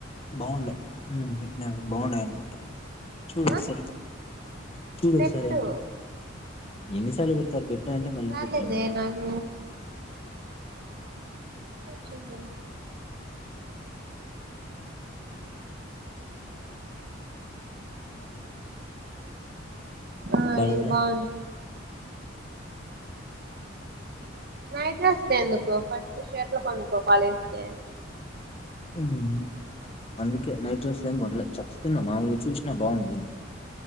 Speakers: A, on the left; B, on the right.
A: బావుండలే హ్మ్ పెట్టినాడు బావున్నాయి అనుకుంట చూడు ఒకసారి
B: ఆ
A: చూడు
B: పెట్టు
A: ఒకసారి ఆంటి ఎన్ని స ఎన్ని సార్లు పెడతారు పెట్నా అంటే మళ్ళీ
B: రాలేదే
A: పెట్టు అంటావ్
B: నాకు వచ్చిందా ఆ
A: బాలేదులే
B: ఇది బావుంది నైట్ డ్రెస్ ఎందుకు ఫస్ట్ షర్ట్ కొనుక్కో కాలేజ్ కి
A: మ్మ్ అందుకే నైట్ డ్రెస్ లు ఏం కొనలే చెప్తున్న మామూలుగా చూసినా బావుందిని